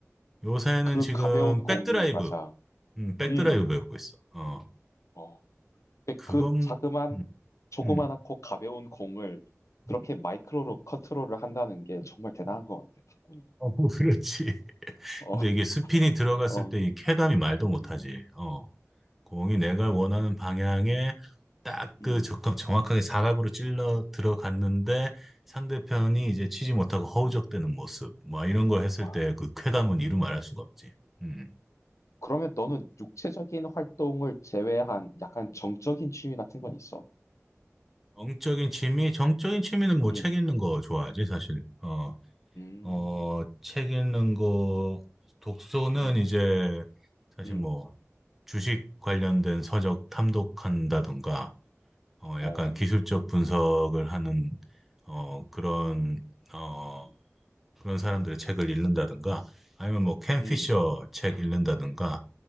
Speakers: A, in the centre; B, on the left.
A: 요새는
B: 그
A: 지금
B: 가벼운 공이
A: 백드라이브,
B: 맞아.
A: 음, 백드라이브
B: 음.
A: 배우고 있어. 어.
B: 어. 근데
A: 그건
B: 그 자그만
A: 음.
B: 조그만하고
A: 음.
B: 가벼운 공을 그렇게
A: 음.
B: 마이크로로 컨트롤을 한다는 게 정말 대단한 것 같아, 탁구는.
A: 어, <laughs> 그렇지.
B: 어,
A: 근데 이게 스핀이 들어갔을
B: 어,
A: 때 이 쾌감이 말도 못하지.
B: 음,
A: 어, 공이 내가 원하는 방향에 딱
B: 음,
A: 그 적합 정확하게 사각으로 찔러 들어갔는데 상대편이 이제 치지 못하고 허우적대는
B: 음,
A: 모습. 뭐 이런 거 했을
B: 와.
A: 때 그 쾌감은
B: 와.
A: 이루 말할 수가 없지. 음.
B: 그러면 너는 육체적인 활동을 제외한 약간 정적인 취미 같은 건 있어?
A: 정적인 취미, 정적인 취미는 뭐
B: 음,
A: 책 읽는 거 좋아하지, 사실. 어,
B: 음,
A: 어, 책 읽는 거, 독서는
B: 음,
A: 이제 사실
B: 음,
A: 뭐 주식 관련된 서적 탐독한다던가, 어,
B: 어,
A: 약간 기술적 분석을
B: 어,
A: 하는, 어, 그런,
B: 음,
A: 어,
B: 음,
A: 그런 사람들의 책을 읽는다던가, 아니면 뭐 캔 피셔
B: 음,
A: 책 읽는다던가,